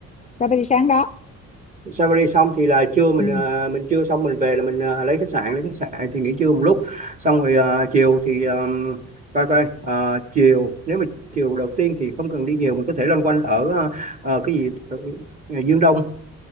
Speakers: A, on the left; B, on the right.
A: safari sáng đó
B: salary xong thì là trưa mình
A: ừ
B: ờ, mình trưa xong mình về là mình ờ, lấy khách sạn lấy khách sạn thì nghỉ trưa một lúc xong rồi ờ, chiều thì ờ, coi coi ờ, chiều nếu mà chiều đầu tiên thì không cần đi nhiều mình có thể loanh quanh ở ờ, ờ, cái gì ờ, Dương Đông